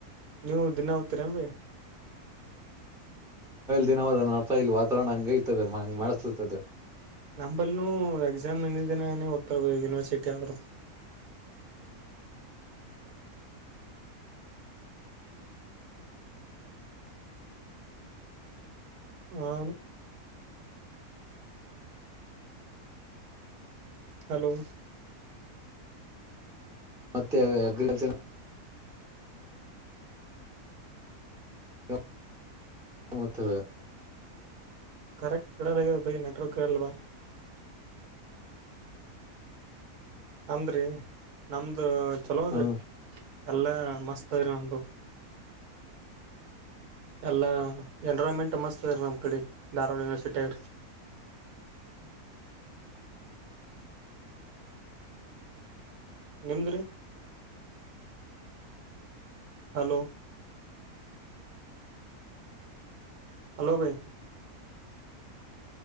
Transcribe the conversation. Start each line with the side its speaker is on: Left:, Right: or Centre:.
Right: ನೀವು ದಿನಾ ಓತ್ತಿರೆನ್ ಬಯ್ಯ
Centre: ದಿನವಾದ <unintelligible> ವಾತಾವರಣ ಹಂಗೈತದು ಇಂಗ್ ಮಡುಸ್ತದದು
Right: ನಂಬಲ್ ಎಕ್ಸಾಮ್ ಇಂದಿದ್ ದಿನ ಓತ್ತವೆ ಯುನಿವರ್ಸಿಟಿ ಆ <inaudible> ಹ್ಮೂ ಹಲೋ
Centre: ಮತ್ತೆ ಅಗ್ರಿಕಲ್ಚರ್ <unintelligible>
Right: ಕರೆಕ್ಟ್ <unintelligible> ಬೈ ನೆಟವರ್ಕ್ <unintelligible> ಬಾ ನಮ್ದ್ರಿ ನಮ್ದು ಚಲೋ ಅದ್ರಿ.
Centre: ಹ್ಮ
Right: ಎಲ್ಲಾ ಮಸ್ತ ಅದ್ರಿ ನಮ್ದು ಎಲ್ಲಾ ಎನ್ರೈನ್ಮೆಂಟ್ ಮಸ್ತ್ ಅದಿ ನಮ್ ಕಡೆ ಧಾರವಾಡನ ಯುನಿವರ್ಸಿಟಿಗ್ <unintelligible> ನಿಮ್ದುರಿ ಹಲೋ ಹಲೋ ಭೈ